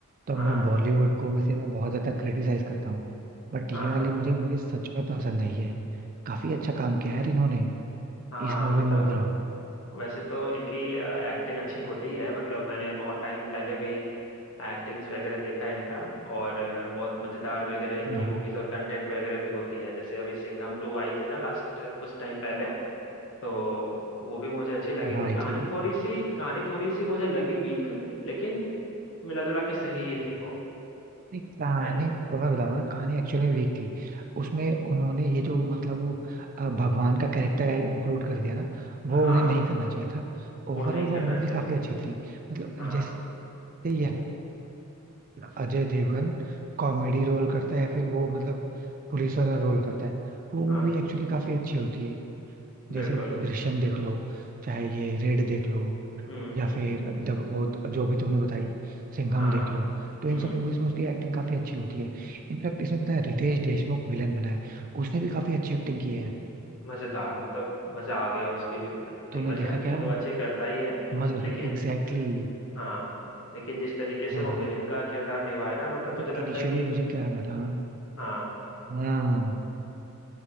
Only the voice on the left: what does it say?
हाँ
हाँ
हाँ
मतलब
वैसे तो इनकी एक्टिंग अच्छी होती है मतलब मैंने बहुत टाइम पहले भी एक्टिंग्स वगैरह देखा है इनका और अ, बहुत मजेदार वगैरह इनकी
मूवीज और कंटेंट वगैरह भी होती है जैसे अभी सिंघम टू आई थी ना लास्ट कुछ टाइम पहले तो वो भी मुझे अच्छी लगी
थी
कहानी
थोड़ी सी कहानी थोड़ी सी मुझे लगी वीक लेकिन मिला जुला के सही ही थी वो
है ना
हाँ
वो नहीं
करना
चाहिए
था
हाँ
हाँ
बिल्कुल
हम्म हम्म
हाँ
हम्म
मजेदार मतलब मजा आ गया उसकी एक्टिंग
वैसे
एक्टिंग
तो अच्छी करता ही है
लेकिन
हाँ लेकिन जिस तरीके से
वो विलेन का किरदार निभाया ना मतलब
मुझे
लगता
है कि
हाँ